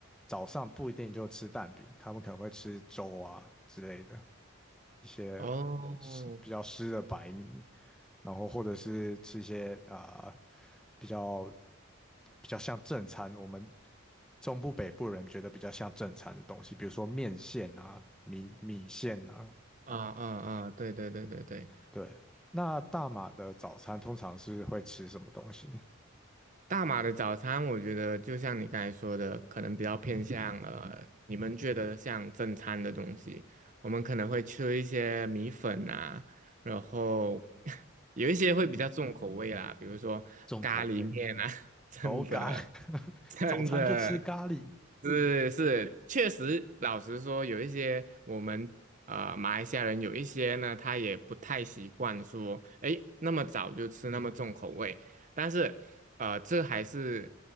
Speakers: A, in the centre; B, on the right (about 40°).
A: 早上不一定就吃蛋饼，他们可能会吃粥啊之类的，一些
B: 哦。
A: 湿比较湿的白米，然后或者是吃一些啊、呃比较比较像正餐，我们中部北部人觉得比较像正餐的东西，比如说面线啊、米米线啊，
B: 啊啊啊！对对对对对，
A: 对。那大马的早餐通常是会吃什么东西？
B: 大马的早餐，我觉得就像你刚才说的，可能比较偏向呃，你们觉得像正餐的东西，我们可能会吃一些米粉啊，然后 <laughs> 有一些会比较重口味啦，比如说咖喱面啊，
A: 重口味。
B: <laughs> 真的
A: 哦，咖，<laughs>
B: 真的，
A: 早餐就吃咖喱
B: 是是，确实，老实说，有一些我们啊呃马来西亚人有一些呢，他也不太习惯说，诶，那么早就吃那么重口味。但是，呃，这还是